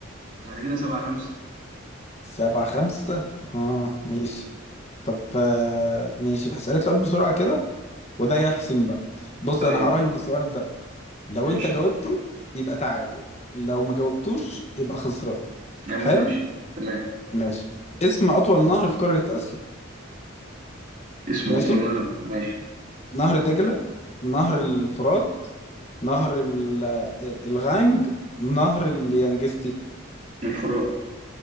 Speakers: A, on the right; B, on the left.
A: يعني كده سبعة خمسة
B: سبعة خمسة اه
A: آه،
B: ماشي طب آه، ماشي هسألك سؤال بسرعة كده
A: ماشي
B: وده يحسم بقى بص
A: طيب
B: انا هراهن
A: ماشي
B: بالسؤال ده لو
A: ماشي
B: انت جاوبته يبقى تعادل لو ما جاوبتوش يبقى خسران
A: يا عم
B: حلو
A: ماشي تمام
B: ماشي اسم أطول نهر في قارة آسيا
A: اسمه
B: ماشي
A: اطول نهر ماشي
B: نهر دجلة نهر الفرات نهر ال- ال- الغانج نهر اليانجستي
A: الفرات